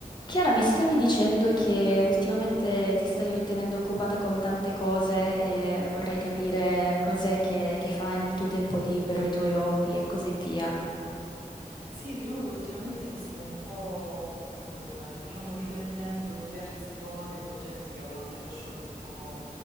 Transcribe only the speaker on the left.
Chiara, mi stavi dicendo che ultimamente ti stai tenendo occupata con tante cose e vorrei capire cos'è che, che fai nel tuo tempo libero, i tuoi hobby e così via.